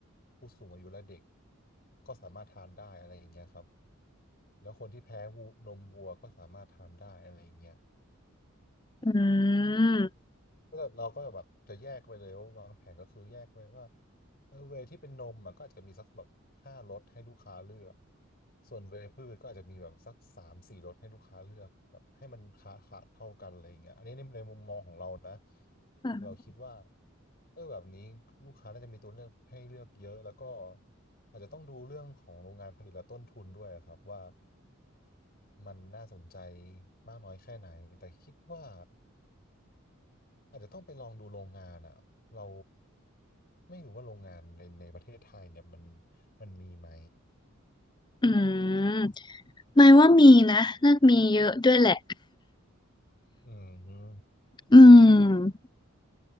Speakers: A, on the left (about 45°); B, on the left (about 20°).
A: ผู้สูงอายุและเด็กก็สามารถทานได้อะไรอย่างเงี้ยครับแล้วคนที่แพ้วูนมวัวก็สามารถทานได้อะไรอย่างเงี้ย
B: อืม
A: ก็เราก็แบบจะแยกไปเลยว่าวางแผนก็คือแยกไปว่าเออเวย์ที่เป็นนมมันก็อาจจะมีสักแบบห้ารสให้ลูกค้าเลือกส่วนเวย์พืชก็อาจจะมีแบบสักสามสี่รสให้ลูกค้าเลือกแบบให้มันขาขาดเท่ากันอะไรอย่างเงี้ยอันนี้ในในมุมมองของเรานะ
B: อ
A: เราคิดว่าเออแบบนี้ลูกค้าน่าจะมีตัวเลือกให้เลือกเยอะแล้วก็อาจจะต้องดูเรื่องของโรงงานผลิตและต้นทุนด้วยครับว่ามันน่าสนใจมากน้อยแค่ไหนแต่คิดว่า อาจจะต้องไปลองดูโรงงานอ่ะเราไม่รู้ว่าโรงงานในในประเทศไทยเนี่ยมันมันมีไหม
B: อืมไมค์ว่ามีนะน่ามีเยอะด้วยแหละ
A: อืม
B: อืม